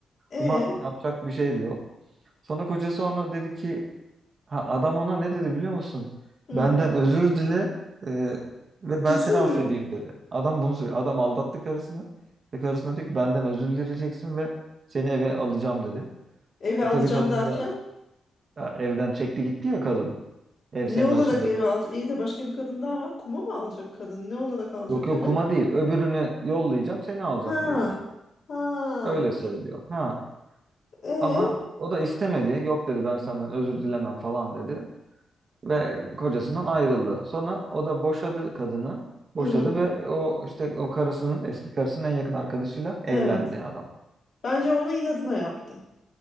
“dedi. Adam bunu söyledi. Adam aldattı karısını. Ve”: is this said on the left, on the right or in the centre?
Right